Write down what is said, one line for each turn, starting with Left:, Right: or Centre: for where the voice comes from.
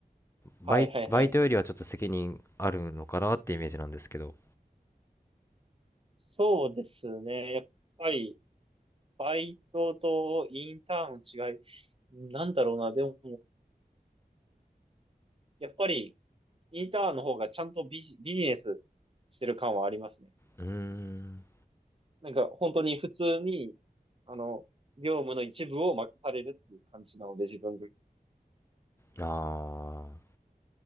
Left: バイ、
Right: はいはいはいはいはいはいはい
Left: バイトよりはちょっと責任あるのかなってイメージなんですけど。
Right: そうですね。やっぱり、バイトとインターンの違い。なんだろうな。でも、やっぱり、インターンの方がちゃんとビジ、ビジネスしてる感はありますね。
Left: うーん、
Right: なんか、本当に普通に、あの、業務の一部を任されるっていう感じなので、自分
Left: ああ。